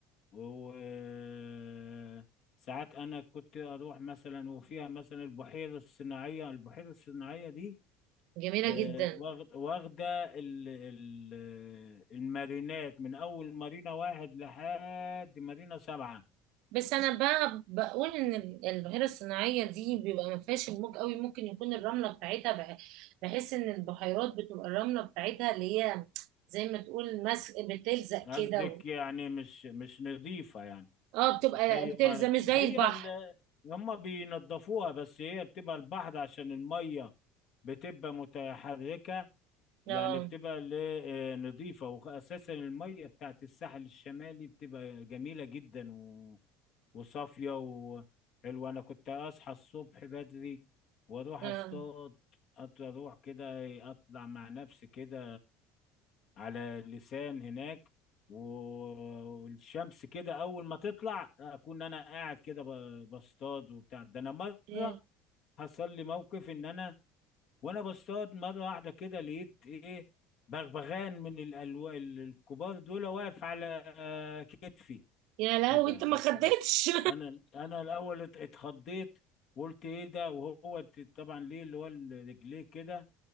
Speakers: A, on the left; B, on the right.
A: وساعات أنا كنت أروح مثلا وفيها مثلا البحيرة الصناعية البحيرة الصناعية دي
B: جميله
A: آه،
B: جدا
A: واخد- واخدة ال- ال- المارينات من أول مارينا واحد لحد مارينا سبعة
B: بس انا بقى بقول ان ال- البحيره الصناعيه دي بيبقى ما فيهاش الموج قوي ممكن يكون الرمله بتاعتها بح- بحس ان البحيرات بتبقى الرمله بتاعتها اللي هي زي ما تقول مس بتلزق
A: قصدك
B: كده و...
A: يعني مش مش نظيفة يعني
B: اه بتبقى
A: زي
B: بتلزق
A: ما
B: مش زي
A: هي
B: البحر
A: ال- هما بينضفوها بس هي بتبقى البحر عشان المية بتبقى متحركة يعني
B: اه
A: بتبقى ل- آه، نظيفة وأساسا المية بتاعت الساحل الشمالي بتبقى جميلة جدا و- وصافية وحلوة أنا كنت أصحى الصبح بدري وأروح
B: اه
A: أصطاد أط- أروح كده أطلع مع نفسي كده على لسان هناك و- والشمس كده أول ما تطلع أكون أنا قاعد كده ب- بصطاد وبتاع ده أنا مرة
B: يا
A: حصل لي موقف إن أنا وانا بصطاد مره واحده كده لقيت ايه بغبغان من الألو... الكبار دول واقف على آه، كتفي
B: يا لهوي
A: ايه ده
B: انت ما خدتش
A: انا انا الاول ات- اتخضيت وقلت ايه ده وهو ت- طبعا ليه اللي هو رجليه كده